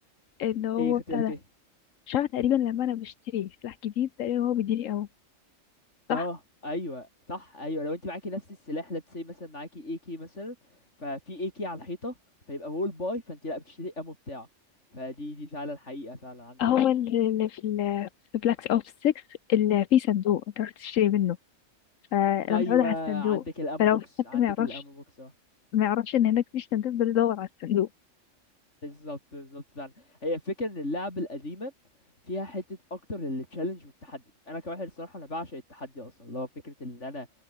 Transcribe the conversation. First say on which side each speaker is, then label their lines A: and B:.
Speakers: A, on the left; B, on the left.
A: ان هو
B: ايه خدت
A: بتاع
B: بالك
A: ده
B: ايه
A: مش عارفة تقريبا لما انا بشتري سلاح جديد تقريبا هو بيديني امو صح
B: اه ايوه صح ايوه لو انت معاكي نفس السلاح let's say مثلا معاكي اي كي مثلا ففي اي كي على الحيطه فيبقى وول باي فانت لا بتشتري امو بتاعه فدي دي فعلا حقيقه فعلا عندك
A: هو
B: حق
A: اللي اللي في ال- في بلاك اوبس 6 اللي فيه صندوق انت رحت تشتري منه فانا
B: ايوه
A: متعوده على الصندوق
B: عندك الامو
A: فلو
B: بوكس
A: في حد
B: عندك
A: ما يعرفش
B: الامو بوكس
A: ما يعرفش ان هناك في صندوق بدور على الصندوق
B: بالظبط بالظبط فعلا هي الفكره ان اللعب القديمه فيها حته اكتر للتشالنج والتحدي انا كواحد الصراحه انا بعشق التحدي اصلا اللي هو فكره ان انا